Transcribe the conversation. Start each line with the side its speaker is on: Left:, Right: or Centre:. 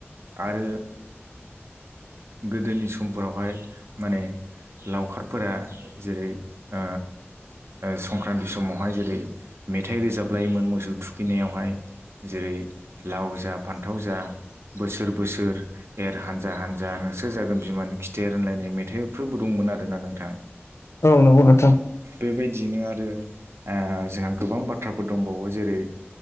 Right: आरो गोदोनि समफोरावहाय माने लावखारफोरा जेरै ओ ओ संक्रान्ति समावहाय जेरै मेथाइ रोजाब लायोमोन मोसौ थुखैनायावहाय जेरै रै लाव जा फान्थाव जा बोसोर बोसोर एर हानजा हानजा नोंसोर जागोन बिमानि खिथेर होनलायनाय मेथाइफोरबो दं मोन आरोना नोंथां।
Left: औ नंगौ नोंथां।
Right: बेबायदियैनो आरो आ जोंहा गोबां बाथ्राफोर दंबावो जेरै